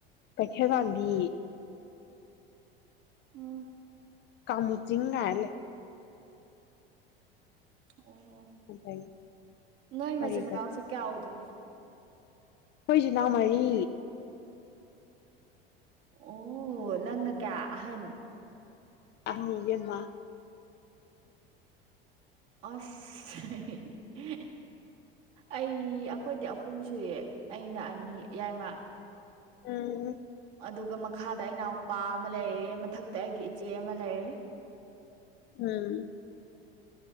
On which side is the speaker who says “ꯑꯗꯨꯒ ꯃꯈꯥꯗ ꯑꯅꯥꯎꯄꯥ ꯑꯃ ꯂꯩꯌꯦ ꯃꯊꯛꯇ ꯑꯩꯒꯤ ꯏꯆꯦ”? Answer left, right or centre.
Right